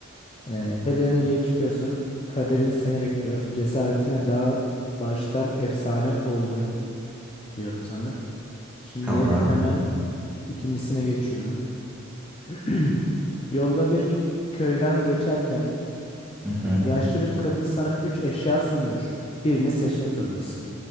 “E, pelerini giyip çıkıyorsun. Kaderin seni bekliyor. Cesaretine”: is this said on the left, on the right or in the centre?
Left